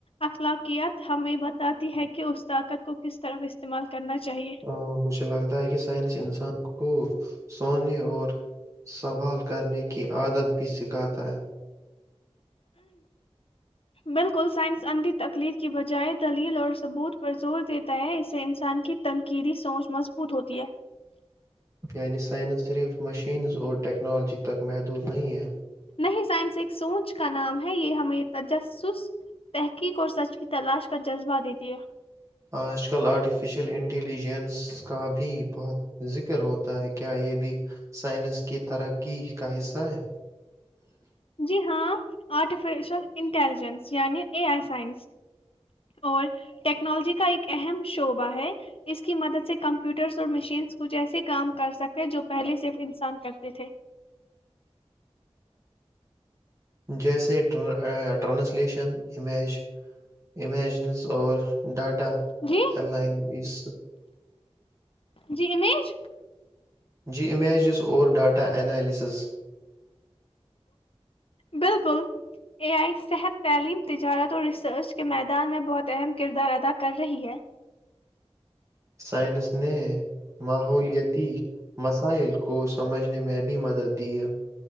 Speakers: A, on the left (about 60°); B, on the right (about 30°).
A: اخلاقیات ہمیں بتاتی ہے کہ اس طاقت کو کس طرف استعمال کرنا چاہیے
B: ا مجھے لگتا ہے کہ سائنس انسان کو کو سونے اور سوال کرنے کی عادت بھی سھ کہ آتا ہے
A: بالکل سائنس اندھی تکلیف کی بجائے دلیل اور ثبوت پر زور دیتا ہے اس سے انسان کی تنقیدی سوچ مضبوط ہوتی ہے
B: یعنی سائنس صرف مشینز اور ٹیکنالوجی تک محدود نہیں ہے
A: نہیں سائنس ایک سوچ کا نام ہے یہ ہمیں تجسس تحقیق اور سچ کی تلاش کا جذبہ دیتی ہے
B: آج کل آرٹیفیشیل انٹیلیجنس کا بھی بہت ذکر ہوتا ہے کہ کیا یہ بھی سائنس کی ترقی کا حصہ ہے
A: جی ہاں آرٹیفیشیل انٹیلیجنس یعنی اے آئی سائنس اور ٹیکنالوجی کا ایک اہم شعبہ ہے اس کی مدد سے کمپیوٹرس اور مشینس کچھ ایسے کام کر سکتے جو پہلے صرف انسان کرتے تھے
B: جیسے ٹرانسلیشن امیج امیجنس اور ڈاٹا
A: جی
B: ارلائن اس
A: جی امیج
B: جی امیج اس او ڈاٹا انینالس سیچز
A: بالکل اے آئی صحت تعلیم تجارت اور ریسرچ کے میدان میں بہت اہم کردار ادا کر رہی ہے
B: سائنس نے ماحولتی مسائل کو کو سمجھنے میں بھی مدد دی ہے